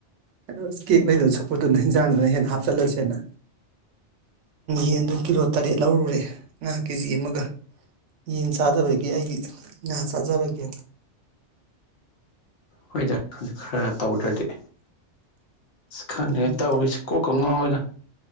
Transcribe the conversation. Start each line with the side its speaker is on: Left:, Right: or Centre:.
Right: ꯑꯗꯣ ꯀꯦꯛ ꯂꯩꯗꯨꯅ ꯁꯣꯛꯄꯗꯨꯅ ꯏꯟꯖꯥꯡꯗꯨꯅ ꯍꯦꯟꯅ ꯍꯥꯞꯆꯤꯜꯂꯁꯦꯅ ꯌꯦꯟꯗꯣ ꯀꯤꯂꯣ ꯇꯔꯦꯠ ꯂꯧꯔꯨꯔꯦ ꯉꯥ ꯀꯦꯖꯤ ꯑꯃꯒ ꯌꯦꯟ ꯆꯥꯗꯕꯒꯤ ꯑꯩꯒꯤ ꯉꯥ ꯆꯥꯖꯔꯒꯦꯅ
Left: ꯍꯣꯏꯗ ꯈꯔ ꯇꯧꯗ꯭ꯔꯗꯤ ꯈꯪꯗ꯭ꯔꯦ
Right: ꯎꯝ
Left: ꯇꯧꯋꯔꯤꯁꯦ ꯀꯣꯛꯀ ꯉꯥꯎꯏꯅ